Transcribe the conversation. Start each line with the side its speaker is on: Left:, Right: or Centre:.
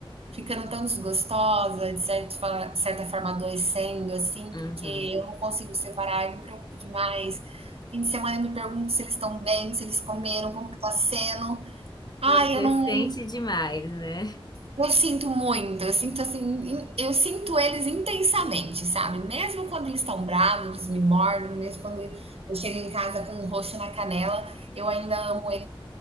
Right: ficando tão desgostosa, de certa fa certa forma adoecendo, assim,
Left: Uhum.
Right: porque eu não consigo separar, eu me preocupo demais. Fim de semana eu me pergunto se eles estão bem, se eles comeram, como que tá sendo. Ai,
Left: Você
Right: eu não
Left: sente demais, né?
Right: eu sinto muito, eu sinto assim, in eu sinto eles intensamente, sabe. Mesmo quando eles estão bravos, eles me mordem, mesmo quando eu chego em casa com um roxo na canela, eu ainda amo eles